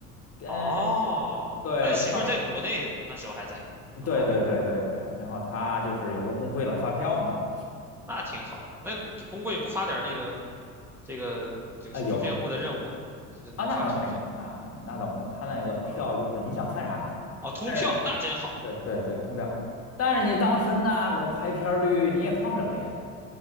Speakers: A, on the left; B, in the centre.
A: 嗯，
B: 哦，
A: 对，
B: 那你媳妇儿在国内那时候还在啊？
A: 看，对对对对对。然后他就是有时候工会老发票嘛，
B: 哦，那挺好。那这工会不发点儿那个这个这个中宣部的任务，
A: 啊、有
B: 这这怎么发这种票
A: 啊，那倒没，那那倒没有。他那个票就是你想看啥看啥，
B: 啊？哦，通票那真好
A: 但是对对对，通票。但是你当时那个排片儿率，你也看不了别的，